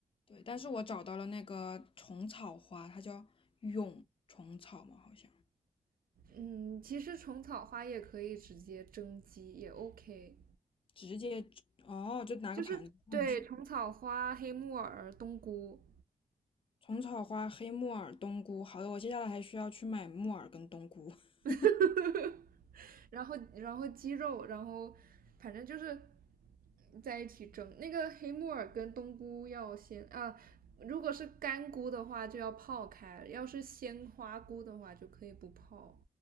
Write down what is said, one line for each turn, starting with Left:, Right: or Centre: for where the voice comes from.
Left: 对，但是我找到了那个虫草花，它叫蛹虫草嘛，好像
Right: 嗯，其实虫草花也可以直接蒸鸡，也 OK。
Left: 直接哦，就拿个盘子放就行。
Right: 就是对虫草花、黑木耳、冬菇，
Left: 虫草花、黑木耳、冬菇，好的，我接下来还需要去买木耳跟冬菇。<laughs>
Right: <laughs> 然后然后鸡肉，然后反正就是在一起蒸。那个黑木耳跟冬菇要先啊，如果是干菇的话就要泡开，要是鲜花菇的话就可以不泡。